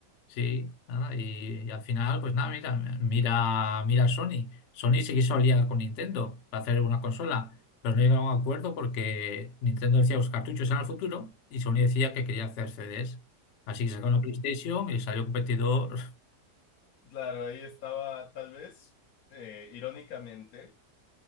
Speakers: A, on the left (about 85°); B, on the left (about 65°).
A: Sí, nada, y, y al final, pues nada, mira, mira, mira Sony. Sony se quiso aliar con Nintendo para hacer una consola, pero no llegaron a un acuerdo porque Nintendo decía los cartuchos eran el futuro y Sony decía que quería hacer CDs. Así que sacaron la PlayStation y salió competidor
B: Claro, ahí estaba, tal vez, eh, irónicamente,